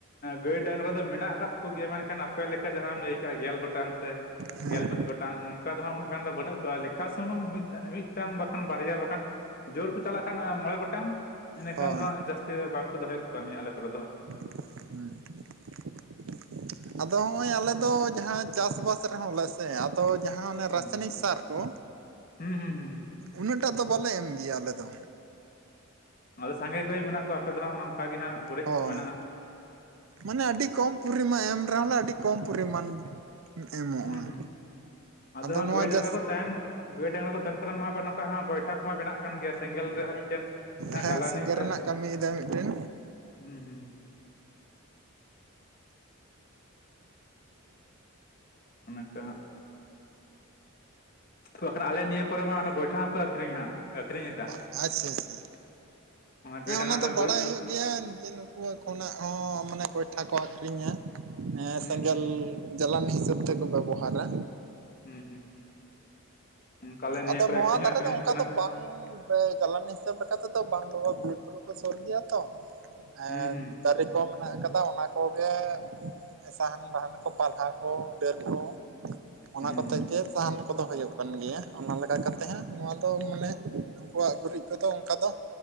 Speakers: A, on the left (about 45°); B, on the right (about 65°).
A: ᱜᱟᱹᱭ ᱰᱟᱝᱨᱟ ᱫᱚ ᱢᱮᱱᱟᱜ ᱟᱠᱟᱫ ᱠᱚᱜᱮᱭᱟ ᱢᱮᱱᱠᱷᱟᱱ ᱟᱯᱮ ᱞᱮᱠᱟ ᱡᱟᱦᱟᱸᱢ ᱞᱟᱹᱭ ᱠᱟᱜᱼᱟ ᱜᱮᱞ ᱜᱚᱴᱟᱝ ᱥᱮ
B: ᱦᱮᱸ
A: ᱜᱮᱞ ᱢᱤᱫ ᱜᱚᱴᱟᱝ ᱚᱱᱠᱟ ᱫᱚ ᱦᱟᱜ ᱩᱱᱟᱹᱜ ᱜᱟᱱ ᱫᱚ ᱵᱟᱹᱱᱩᱜ ᱠᱚᱣᱟ᱾ ᱞᱮᱠᱷᱟ ᱥᱩᱢᱩᱝ ᱢᱤᱫ ᱢᱤᱫᱴᱟᱝ ᱵᱟᱠᱷᱟᱱ ᱵᱟᱨᱭᱟ ᱵᱟᱠᱷᱟᱱ ᱡᱳᱨ ᱠᱚ ᱪᱟᱞᱟᱜ ᱠᱷᱟᱱ ᱢᱚᱬᱮ ᱜᱚᱴᱟᱝ ᱤᱱᱟ
B: ᱦᱚᱸ
A: ᱠᱷᱟᱱ ᱫᱚ ᱦᱟᱸᱜ ᱡᱟᱹᱥᱛᱤ ᱫᱚ ᱵᱟᱝᱠᱚ ᱫᱚᱦᱚᱭᱮᱫ ᱠᱚᱣᱟ ᱱᱤᱭᱟᱹ ᱟᱞᱮ ᱠᱚᱨᱮ ᱫᱚ ᱦᱟᱸᱜ᱾
B: ᱦᱮᱸ <unintelligible> ᱟᱫᱚ ᱦᱚᱸᱜᱼᱚᱭ ᱟᱞᱮ ᱫᱚ ᱡᱟᱦᱟᱸ ᱪᱟᱥᱼᱵᱟᱥ ᱨᱮᱦᱚᱸ ᱞᱮ ᱥᱮ ᱟᱫᱚ ᱡᱟᱦᱟᱸ ᱚᱱᱮ
A: ᱦᱩᱸ
B: ᱨᱟᱥᱟᱭᱱᱤᱠ ᱥᱟᱨ ᱠᱚ
A: ᱦᱩᱸ ᱦᱩ ᱦᱩᱸ
B: ᱩᱱᱟᱹᱜ ᱴᱟᱫᱚ ᱵᱟᱞᱮ ᱮᱢ ᱜᱮᱭᱟ ᱟᱞᱮ ᱫᱚ᱾
A: ᱚᱱᱟᱫᱚ ᱥᱟᱸᱜᱮ ᱜᱟᱹᱭ ᱢᱮᱱᱟᱜ ᱠᱚᱣᱟ ᱟᱯᱮ ᱫᱚ ᱦᱟᱸᱜ ᱚᱱ ᱚᱱᱠᱟᱜ ᱜᱮ ᱦᱟᱸᱜ ᱜᱩᱨᱤᱡ
B: ᱦᱳᱭ
A: ᱠᱚ ᱢᱮᱱᱟᱜᱼᱟ᱾
B: ᱢᱟᱱᱮ ᱟᱹᱰᱤ ᱠᱚᱢ ᱯᱚᱨᱤᱢᱟᱱ ᱮᱢ ᱨᱮᱦᱚᱸ ᱞᱮ ᱟᱹᱰᱤ ᱠᱚᱢ ᱯᱚᱨᱤᱢᱟᱱ ᱮᱢᱚᱜᱼᱟ
A: ᱦᱩᱸ ᱦᱩᱸ ᱟᱫᱚ ᱦᱟᱸᱜ
B: ᱱᱚᱣᱟ
A: ᱜᱟᱹᱭ
B: ᱡᱟᱥ
A: ᱰᱟᱝᱨᱟ ᱠᱚ ᱛᱟᱦᱮᱱ ᱜᱟᱹᱭ ᱰᱟᱝᱨᱟ ᱠᱚ ᱛᱟᱦᱮᱱ ᱠᱟᱱᱟ ᱢᱟ ᱟᱵᱟᱨ ᱱᱚᱝᱠᱟ ᱜᱚᱭᱴᱷᱟ ᱠᱚᱢᱟ ᱵᱮᱱᱟᱜ ᱠᱟᱱ ᱜᱮᱭᱟ ᱥᱮᱸᱜᱮᱞ ᱨᱮᱭᱟᱜ ᱢᱤᱫᱴᱮᱱ ᱡᱟᱦᱟᱸ
B: ᱦᱮᱸ
A: ᱡᱟᱞᱟᱱᱤ
B: ᱥᱮᱸᱜᱮᱞ
A: ᱥᱮ
B: ᱨᱮᱱᱟᱜ ᱠᱟᱹᱢᱤᱭᱮᱫᱟᱭ ᱢᱤᱫᱴᱮᱱ
A: ᱦᱩᱸ ᱦᱩᱸ ᱚᱱᱠᱟ ᱦᱟᱜ <unintelligible> ᱟᱞᱮ ᱱᱤᱭᱟᱹ ᱠᱚᱨᱮ ᱦᱚᱸ ᱚᱱᱟ ᱜᱚᱭᱴᱷᱟ ᱦᱚᱸᱠᱚ ᱟᱹᱠᱷᱨᱤᱧ ᱦᱟᱜ ᱟᱠᱷᱨᱤᱧᱮᱫᱟ᱾
B: ᱟᱪᱪᱷᱟ ᱟᱪᱪᱷᱟ
A: ᱜᱟᱹᱭ
B: ᱦᱮᱸ
A: ᱰᱟᱝᱨᱟ
B: ᱚᱱᱟ ᱫᱚ
A: ᱠᱚ
B: ᱵᱟᱲᱟᱭ
A: ᱜᱩᱨᱤᱡ ᱛᱷᱟᱯ
B: ᱦᱩᱭᱩᱜ ᱜᱮᱭᱟ ᱡᱮ ᱩᱱᱠᱩ ᱠᱷᱚᱱᱟᱜ ᱦᱚᱸ ᱢᱟᱱᱮ ᱜᱚᱭᱴᱷᱟ ᱠᱚ ᱟᱹᱠᱷᱨᱤᱧᱟ ᱦᱮᱸ
A: ᱦᱩᱸ
B: ᱥᱮᱸᱜᱮᱞ
A: ᱦᱩᱸ
B: ᱡᱟᱞᱟᱱᱤ ᱦᱤᱥᱟᱹᱵ ᱛᱮᱠᱚ ᱵᱮᱵᱚᱦᱟᱨᱟ᱾
A: ᱦᱩᱸ ᱦᱩᱸ ᱚᱱᱠᱟ ᱟᱞᱮ ᱱᱤᱭᱟᱹ
B: ᱟᱫᱚ
A: ᱠᱚᱨᱮ
B: ᱱᱚᱣᱟ
A: ᱟᱹᱠᱷᱨᱤᱧ
B: ᱫᱷᱟᱨᱮ
A: ᱦᱚᱸ ᱟᱹᱠᱷᱨᱤᱧᱚᱜ
B: ᱫᱚ ᱚᱱᱠᱟ
A: ᱠᱟᱱᱟ
B: ᱫᱚ ᱵᱟᱝ ᱛᱮ ᱡᱟᱞᱟᱱᱤ ᱦᱤᱥᱟᱹᱵ ᱞᱮᱠᱟ ᱛᱮᱫᱚ ᱵᱟᱝ ᱵᱮᱵᱚ ᱵᱤᱨ ᱵᱩᱨᱩ ᱠᱚ ᱥᱩᱨ ᱜᱮᱭᱟ ᱛᱚ ᱟᱨ
A: ᱦᱩᱸ ᱦᱩᱸ
B: ᱫᱟᱨᱮ ᱠᱚ ᱢᱮᱱᱟᱜ ᱟᱠᱟᱫᱟ ᱚᱱᱟ ᱠᱚᱜᱮ ᱥᱟᱦᱟᱱ ᱵᱟᱦᱟᱱ ᱱᱟᱠᱚ ᱯᱟᱞᱦᱟ ᱠᱚ ᱰᱟᱹᱨ ᱠᱚ ᱚᱱᱟ
A: ᱦᱩᱸ
B: ᱠᱚᱛᱮ
A: ᱦᱩᱸ
B: ᱜᱮ ᱥᱟᱦᱟᱱ ᱠᱚᱫᱚ ᱦᱩᱭᱩᱜ ᱠᱟᱱ ᱜᱮᱭᱟ᱾ ᱚᱱᱟ ᱞᱮᱠᱟ ᱠᱟᱛᱮ ᱦᱟᱸᱜ ᱱᱚᱣᱟ ᱫᱚ ᱢᱟᱱᱮ ᱩᱱᱩᱠᱩᱣᱟᱜ ᱜᱩᱨᱤᱡ ᱠᱚᱫᱚ ᱚᱱᱠᱟ ᱫᱚ